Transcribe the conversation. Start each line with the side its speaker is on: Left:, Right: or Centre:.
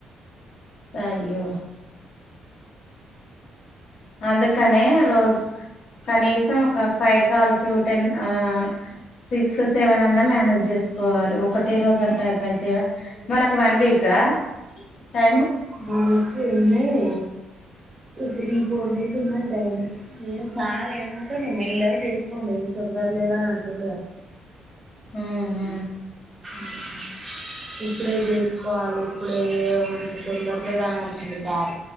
Left: అయ్యో అందుకనే రోజు ఒక కనీసం ఒక ఫైవ్ కాల్స్ టెన్ ఆ సిక్స్ సెవెన్ అన్నా మేనేజ్ చేస్త కోవాలి ఒకటే రోజంటె అయితయ, మనకు వన్ వీకా టైం
Right: మనకు ఉన్నయ్ త్రీ, ఫోర్ డేస్ ఉన్నాయి ఉమ్ సార్ ఏమంటుమ్డు మెల్ళగ జేసుకోండి ఎమ్ తొందర లేదని అంటుండుగా
Left: హా హా
Right: ఉమ్ ఇప్పుడే జేస్కోవాలి ఇప్పుడేమంత తొందర లేదని అంటుండు సార్